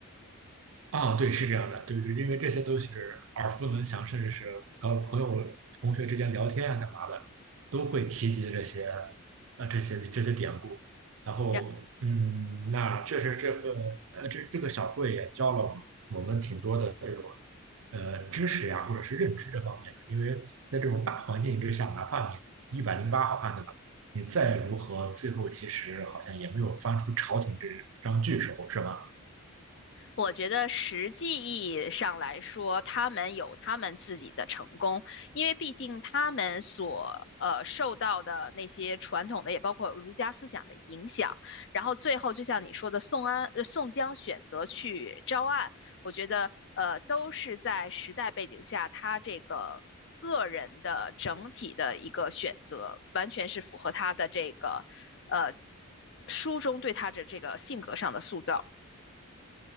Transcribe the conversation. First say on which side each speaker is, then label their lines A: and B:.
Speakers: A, on the right; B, on the left.
A: 啊，对，是这样的，对对，因为这些都是耳熟能详，甚至是和朋友、同学之间聊天啊、干嘛的，都会提及这些，啊，这些这些典故。然后，
B: 然。
A: 嗯，那确实这份，呃，这这个小说也教了我们挺多的这种，呃，知识呀，或者是认知这方面的。因为在这种大环境之下，哪怕你一百零八好汉，对吧？你再如何，最后其实好像也没有翻出朝廷这张巨手，是吧？
B: 我觉得实际意义上来说，他们有他们自己的成功，因为毕竟他们所呃受到的那些传统的，也包括儒家思想的影响，然后最后就像你说的，宋安呃宋江选择去招安，我觉得呃都是在时代背景下，他这个个人的整体的一个选择，完全是符合他的这个呃书中对他的这个性格上的塑造。